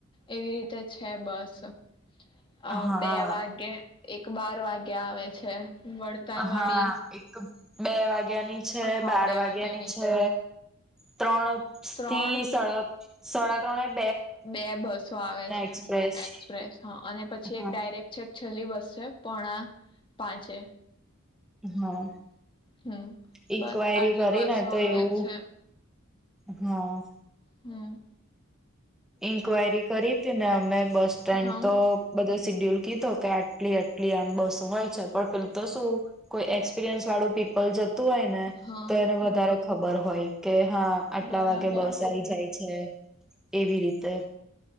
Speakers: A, on the left (about 25°); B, in the centre.
A: એવી રીતે છે બસ હ
B: હા
A: બેવાગે એક બાર વાગ્યા આવે છે વડતાલ
B: હા
A: વાળી
B: એક. બે વાગે વાગ્યાની છે
A: હા
B: બાર
A: બે
B: વાગ્યા
A: વાગ્યાની
B: ની છે. ત્રણ.
A: ત્રણ
B: થી સાડા ત્રણ સાડા ત્રણએ
A: બે બસો આવે છે
B: એક્સપ્રેસ
A: એક્સપ્રેસ હા અને પછી
B: હા
A: એક ડાયરેક્ટ છે. છેલ્લી બસસે પોણા પાંચે
B: હા
A: હમ્મ
B: ઈન્ક્વાયરી
A: બસ આટલી
B: કરી
A: બસો
B: ને તો એવું
A: આવે છે.
B: હા
A: હમ્મ
B: ઇન્કવાયરી કરી હતી ને અમે બસ સ્ટેન્ડ
A: હા
B: તો બધા સિડ્યુલ કીધો કે આટલી આટલી આમ બસ હોય છે પણ પેુ તો શું કોઈ એક્સપિરિયન્સ વાળું પીપલ જતું હોય ને
A: હા
B: તો એને વધારે ખબર હોય. કે હા આટલા
A: બરાબર
B: વાગે બસ આઈ જાય છે. એવી રીતે